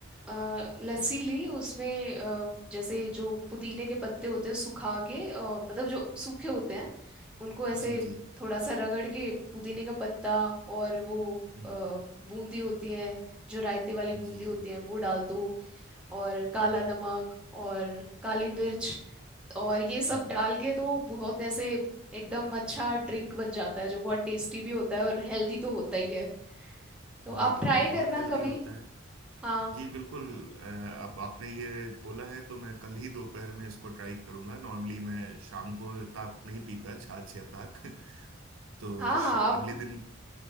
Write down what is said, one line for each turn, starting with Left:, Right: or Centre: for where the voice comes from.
Centre: अ, लस्सी ली उसमें अ, जैसे जो पुदीने के पत्ते होते हैं सुखा के अ, मतलब जो सूखे होते हैं उनको ऐसे
Right: जी जी
Centre: थोड़ा सा रगड़ के पुदीने का पत्ता और वो
Right: हम्म,
Centre: अ, बूंदी होती है जो रायते वाली
Right: जी
Centre: बूंदी होती है वो डाल दो और काला
Right: हम्म,
Centre: नमक और काली मिर्च और ये सब
Right: हम्म,
Centre: डाल के तो बहुत ऐसे एकदम अच्छा ड्रिंक बन जाता है जो बहुत टेस्टी भी होता है और हेल्दी तो होता ही है तो
Right: जी
Centre: आप
Right: बिल्कुल
Centre: ट्राई
Right: बहुत
Centre: करना
Right: हेल्दी
Centre: कभी
Right: होता है
Centre: हाँ
Right: जी बिल्कुल अ, आप आपने ये बोला है तो मैं कल ही दोपहर में इसको ट्राई करूंगा नॉर्मली मैं शाम को ताक नहीं पीता छाछ या ताक <laughs> तो
Centre: हाँ
Right: श-
Centre: हाँ आप
Right: अगले दिन